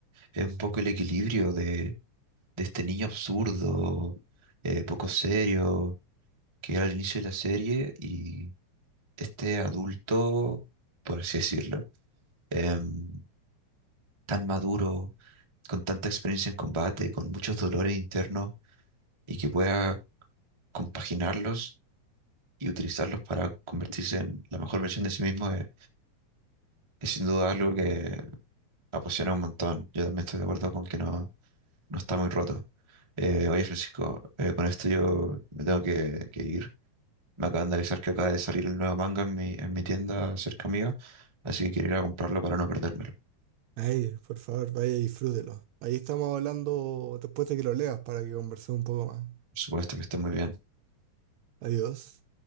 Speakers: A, on the right; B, on the right.
A: es un poco el equilibrio de, de este niño absurdo, eh, poco serio. que era el inicio de la serie y este adulto, por así decirlo, em, tan maduro, con tanta experiencia en combate, con muchos dolores internos y que pueda compaginarlos y utilizarlos para convertirse en la mejor versión de sí mismo es, es sin duda algo que apasiona un montón. Yo también estoy de acuerdo con que no, no está muy roto. Eh, oye, Francisco, eh, con esto yo me tengo que, que ir. Me acaban de avisar que acaba de salir el nuevo manga en mi, en mi tienda cerca mía, así que quiero ir a comprarlo para no perdérmelo.
B: Ay, por favor, vaya y disfrútelo. Ahí estamos hablando después de que lo leas para que conversemos un poco más.
A: Por supuesto que esté muy bien.
B: Adiós.